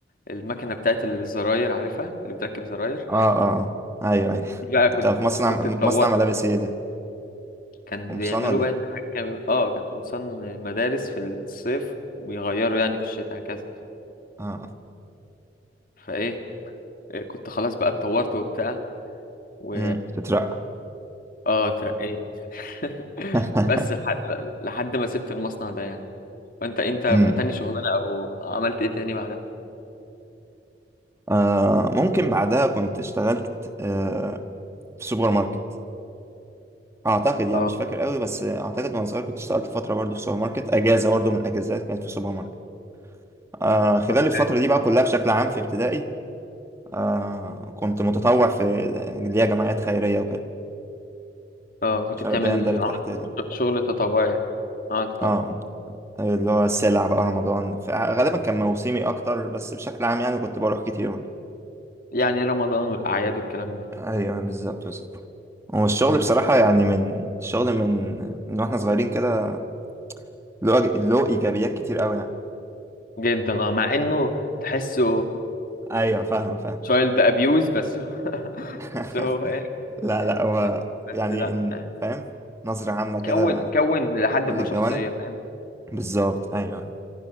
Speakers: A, on the left (about 50°); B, on the right (about 15°).
A: المكنه بتاعت الزراير عارفها اللي بتركب زراير
B: اه اه اه. ايوه ايوه
A: دي
B: <laughs>
A: بقى كنت
B: انت في مصنع
A: كنت
B: مصنع
A: اتطورت
B: ملابس ايه ده
A: كان
B: قمصان
A: بيعملوا
B: ولا ايه
A: بقى كان اه كانت قمصان مدارس في الصيف وبيغيروا يعني في الشتاء هكذا
B: اه
A: فايه آه، كنت خلاص بقى اتطورت وبتاع و
B: امم تترقى
A: اه اترقيت <laughs>
B: <laughs>
A: بس لحد لحد ما سبت المصنع ده يعني وانت انت
B: امم
A: تاني شغلانه او عملت ايه تاني بعدها
B: آه ممكن بعدها كنت اشتغلت آه في سوبر ماركت اعتقد يعني
A: اه
B: مش فاكر قوي بس اعتقد وانا صغير كنت اشتغلت فتره برضو في سوبر ماركت اجازه برضو من الاجازات كانت في سوبر ماركت آه خلال
A: طب
B: الفتره
A: حلو.
B: دي بقى
A: اه
B: كلها بشكل عام في ابتدائي آه كنت متطوع في اللي هي جمعيات خيريه وكده
A: اه كنت
B: مش
A: بتعمل
B: عارف ده يندرج
A: عملت
B: تحت ال...
A: شغل تطوعي يعني. اه تطوعي
B: اه اللي هو السلع بقى رمضان فغالبا كان موسمي اكتر بس بشكل عام يعني كنت بروح كتير
A: يعني رمضان والاعياد والكلام
B: ايوه بالظبط بالظبط هو الشغل
A: ده
B: بصراحه يعني من الشغل من من واحنا صغيرين كده له أج- له ايجابيات كتير قوي يعني
A: جدا اه مع انه تحسه
B: ايوه فاهم فاهم
A: تشايلد ابيوز بس هو <laughs>
B: <laughs>
A: بس هو ايه
B: لا لا هو
A: بس بس
B: يعني
A: لا
B: إن
A: آه.
B: فاهم نظره عامه كده
A: كون كون لحد
B: كل
A: ما
B: الجوانب
A: شخصية فاهم
B: بالظبط ايوه